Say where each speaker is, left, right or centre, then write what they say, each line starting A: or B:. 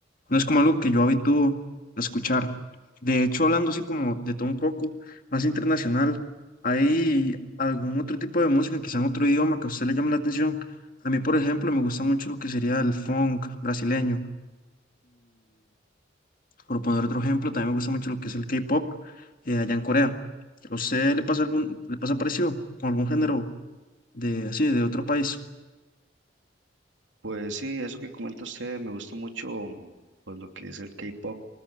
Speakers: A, on the left; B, on the right.
A: no es como algo que yo habitúo a escuchar. De hecho, hablando así como de todo un poco, más internacional, ¿hay algún otro tipo de música, quizá en otro idioma que a usted le llame la atención? A mí, por ejemplo, me gusta mucho lo que sería el funk brasileño por poner otro ejemplo, también me gusta mucho lo que es el K-pop eh, allá en Corea. ¿A usted le pasa algún, le pasa parecido con algún género de así, de otro país?
B: Pues sí, eso que comenta usted, me gusta mucho mm, pues lo que es el K-pop.